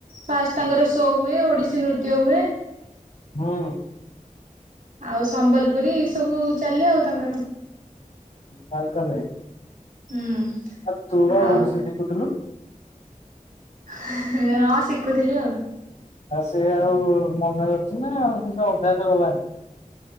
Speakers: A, on the right; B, on the left.
A: ଫାଷ୍ଟ ତାଙ୍କର ଶୋ ହୁଏ ଓଡିଶୀ ନୃତ୍ୟ ହୁଏ।
B: ହୁଁ।
A: ଆଉ ସମ୍ବଲପୁରୀ ସବୁ ଚାଲେ ଆଉ ତାଙ୍କର।
B: ଚାଲ ଚାଲେ
A: ହୁଁ
B: ଆ ତୁ ବା
A: ଆଉ
B: ଓଡିଶୀ ସିକୁୁଥିଲୁ।
A: ହଁ ସିଖୁଥିଲି ଆଉ।
B: ଆଉ ସିଏ ଆଉ ମନେ ଅଛି ନା ଆଉ କିସ ଅଭ୍ୟାସ ଗଲାଣି।